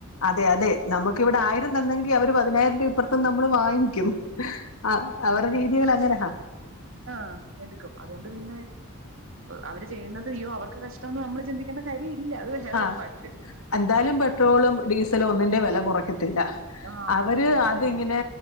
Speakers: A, on the left; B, on the right.
A: അതെ അതെ നമുക്കിവിടെ ആയിരം തന്നെങ്കി അവര് പതിനായിരം രൂപ അപ്പറത്തും നമ്മള് വാങ്ങിക്കും ആഹ് അവരുടെ രീതികൾ അങ്ങനാ
B: ആഹ് എടുക്കും അതുകൊണ്ട് പിന്നെ അവര് ചെയ്യുന്നത് അയ്യോ അവർക്ക് കഷ്ടംമന്ന് നമ്മൾ ചിന്തിക്കേണ്ട കാര്യം ഇല്ല അത് വേറെ
A: ആഹ്
B: ഒരു ഫാക്ട്
A: എന്തായാലും പെട്രോളും ഡീസലും ഒന്നിന്റെ വില കുറയ്ക്കത്തില്ല
B: ആ
A: അവര്
B: അത് തന്നെ അത്
A: അതിങ്ങനെ
B: തന്നെ